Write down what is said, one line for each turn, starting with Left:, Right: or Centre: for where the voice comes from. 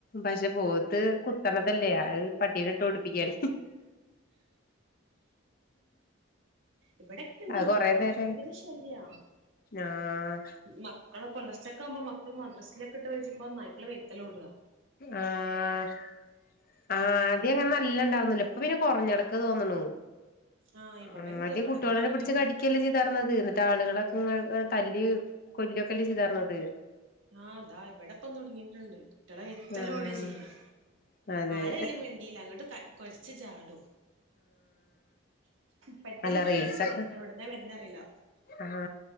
Left: പക്ഷെ പോത്ത് കുത്തണതല്ലേ അത് പട്ടിനെ ട്ടോടുപ്പിക്കാണ്
Right: ഇവിടെക്കെ ഇണ്ട്
Left: അത്
Right: നായ്ക്കള
Left: കൊറേ നേരായി
Right: ഭയങ്കര ശല്യ
Left: ആഹ്
Right: മക്കളെ പോല ഉച്ചക്കെകുമ്പോ മക്കൾ മദ്രസിലൊക്ക വിട്ട് വരുമ്പോ നല്ല വേഗത്തിലൊടുക
Left: ആഹ ആദ്യം അങ്ങനെ നല്ലണ്ടായിരുന്നല്ല ഇപ്പൊ പിന്നെ കുറഞ്ഞിടക്ക ക്ക് തോന്നണ
Right: ആഹ് ഇവിടെണ്ട്
Left: ആ ആദ്യ
Right: ഇവിടെപ്പം
Left: കുട്ടികളെ
Right: തുടങ്ങിയിരുന്നു
Left: പിടിച്ച് കടിക്കല്ലേ ചെയ്തർന്നത് എന്നിട്ട് ആളുകളൊക്കെ തല്ലി കൊല്ലൊക്കെല്ലേ ചെയ്തർന്നത്
Right: ആഹ്താ ഇവിടെപ്പ തുടങ്ങിട്ടണ്ട് കുട്ടികള വിത്തലോടെ
Left: ആഹ്
Right: ചെയ്യാം
Left: അതെ
Right: ആരാലും വേണ്ടില്ല അങ്ങോട്ട് കൊരച്ച് ചാടും പെട്ടെന്ന്
Left: നല്ല
Right: പേടിച്ച്
Left: റീൽസ്
Right: പോവും
Left: ഒക്കെ
Right: എവിടന്നാ വരുന്നേ അറിയില്ല
Left: ആഹ